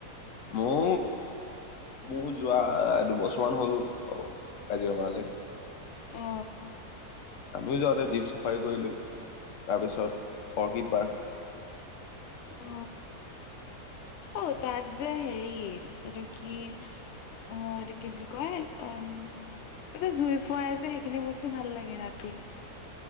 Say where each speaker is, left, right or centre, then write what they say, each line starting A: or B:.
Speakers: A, on the left; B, on the left.
A: মও মো যোৱা দুবছৰমান হ'ল বাও কাজিৰঙালে।
B: অ।
A: আমিও যাওঁতে জীপ চাফাৰী কৰিলোঁ। তাৰপিছত অৰ্কিড পাৰ্ক।
B: অ। অ তাত যে হেৰি, এইটো কি? অ এইটো কি বুলি কয়? উম। এইটো জুই ফুৱাই যে, সেইখিনি বস্তু ভাল লাগে ৰাতি।